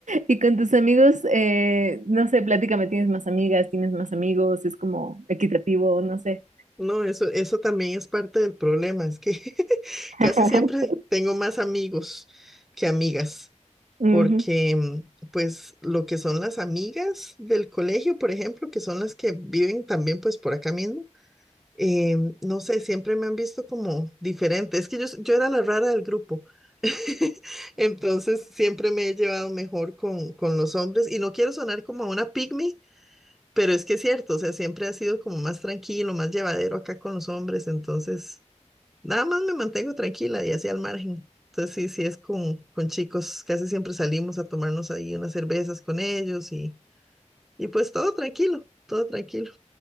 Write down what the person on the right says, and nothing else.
Y con tus amigos, eh, no sé, platícame, ¿tienes más amigas, tienes más amigos? ¿Es como equitativo? No sé.
<laughs>
Ujú.